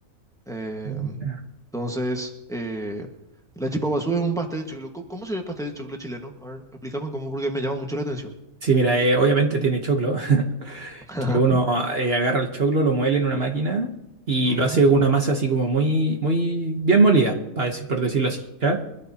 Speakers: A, in the centre; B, on the right.
A: Eh,
B: Ujú.
A: entonces, eh, la chipa guazú es un pastel de choclo. ¿Cómo cómo sería el pastel de choclo chileno? A ver, explícame cómo, porque me llama mucho la atención.
B: Sí, mira, eh, obviamente tiene choclo. <laughs>
A: <laughs>
B: que uno eh, agarra el choclo, lo muele en una máquina y
A: Ujú,
B: lo hace con una masa así como muy, muy bien molida, para decir, por decirlo así, ¿ya?